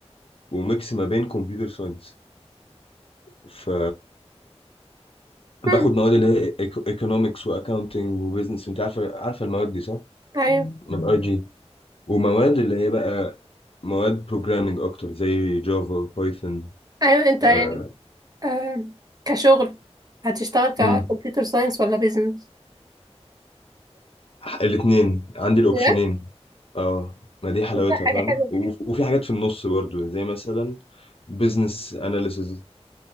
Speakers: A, on the left; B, on the right.
A: وميكس ما بين كمبيوتر ساينس ف باخد
B: مم.
A: مواد اللي هي ايكونومكس واكاونتنج وبزنس انت عارفه عارفه المواد دي صح؟
B: ايوه
A: من اي جي ومواد اللي هي بقى مواد بروجرامنج اكتر زي جافا بايثون
B: ايوه انت
A: آه.
B: يعني آه كشغل هتشتغل ككمبيوتر
A: امم
B: ساينس ولا بيزنس؟
A: الاثنين عندي الاوبشنين
B: لا
A: اه ما دي حلاوتها
B: ده حاجة
A: فاهمة
B: حلوة
A: و- وفي حاجات في النص برضو زي مثلا بزنس اناليسز